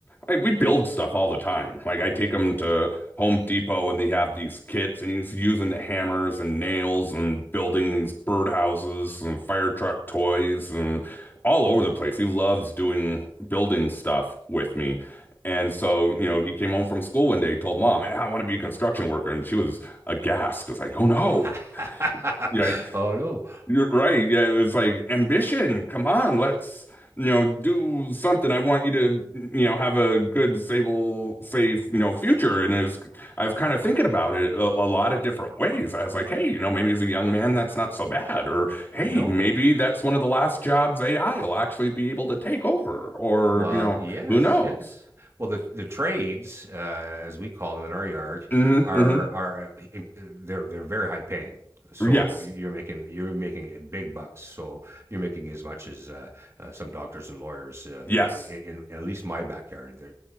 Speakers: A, on the left; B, on the right.
A: like, we build stuff all the time. Like I take him to Home Depot, and they have these kits, and he's using the hammers and nails and building these birdhouses and fire truck toys and all over the place. He loves doing building stuff with me. And so, you know, he came home from school one day, told mom, "Eh, I want to be a construction worker. And she was aghast. It Was like, oh no.
B: <laughs>
A: Yeah,
B: oh no,
A: you're right. Yeah, it was like ambition. Come on, let's, you know, do something. I want you to, you know, have a good, stable, safe, you know, future. And it's, I was kind of thinking about it a, a lot of different ways. I was like, hey, you know, maybe as a young man, that's not so bad. Or hey,
B: no.
A: maybe that's one of the last jobs AI will actually be able to take over. Or,
B: Well,
A: you know,
B: yes,
A: who knows?
B: yes. Well, the the trades, uh, as we call them in our yard,
A: hmm
B: are
A: hmm
B: are uh, in- they're they're very high paying. So
A: Yes.
B: you're making you're making big bucks. So you're making as much as uh, uh, some doctors and lawyers uh,
A: Yes.
B: i- i- in, at least my backyard. They're